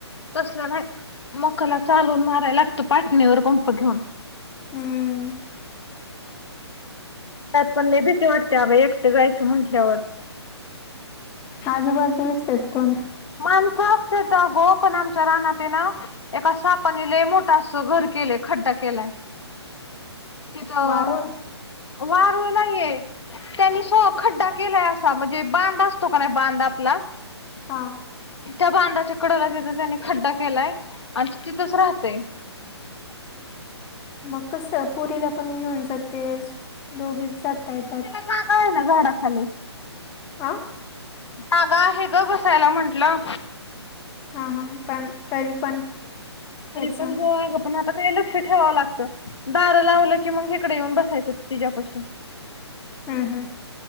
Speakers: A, on the left; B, on the left.
A: तसलं नाही मकला चालून मारायला लागतो पाटणीवर कंप घेऊन.
B: हम्म.
A: तात पण लई भीती वाटत्या <unintelligible> एक ट जायच म्हटल्यावर.
B: आजूबाजू नसतेत कोण
A: माणस असत्यात आगं पण आमच्या रानात हे ना एका सापानी लई मोठा अस घर केलंय खड्डा केलाय. तिथं
B: वारूळ
A: वारूळ नाहीये. त्यांनी सो खड्डा केलाय आसा म्हणजे बांध असतो का नाही बांध आपला
B: हा.
A: त्या बांधाच्या कडला तिथ त्यांनी खड्डा केलाय आणि ते तिथंच राहतय.
B: मग कसं पोरीला पण घेऊन जातेस दोघीच जाताय त्यात.
A: <unintelligible> हाय ना झाडाखाली.
B: हां.
A: जागा आहे गं बसायला म्हंटलं.
B: हा हा पण तरी पण
A: तरी
B: हेच
A: पण
B: ना
A: हो आगं पण आता काही लक्ष ठेवावं लागतं. दारं लावलं की मग हिकड येऊन बसायचं तिच्यापाशी.
B: हम्म, हम्म.